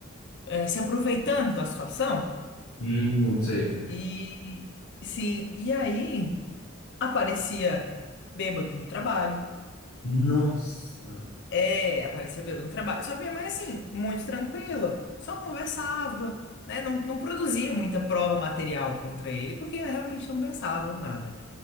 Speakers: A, on the left; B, on the left.
A: eh, se aproveitando da situação.
B: hum, sei.
A: E, sim, e aí aparecia bêbado no trabalho.
B: Nossa,
A: É, aparecia bêbado no trabalho. Só que minha mãe, assim, muito tranquila, só conversava. Né? Não, não produzia muita prova material contra ele, porque ela realmente não pensava nada.